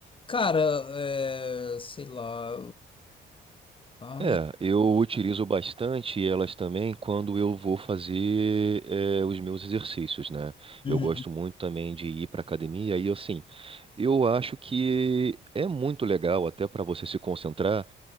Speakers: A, on the left (about 25°); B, on the right (about 25°).
A: Cara, é, sei lá. Ai.
B: É, eu utilizo bastante elas também quando eu vou fazer eh, os meus exercícios, né?
A: Uhum.
B: Eu gosto muito também de ir para academia e assim, eu acho que é muito legal até para você se concentrar.